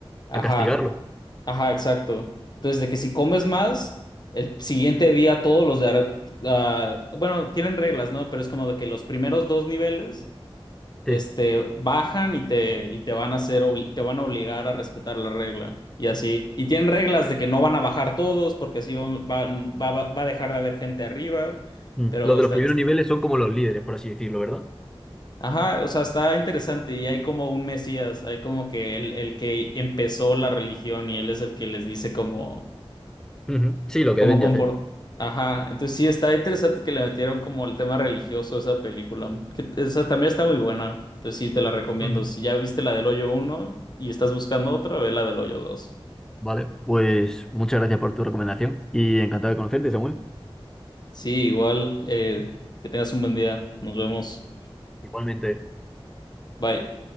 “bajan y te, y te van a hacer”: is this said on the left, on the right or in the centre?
Left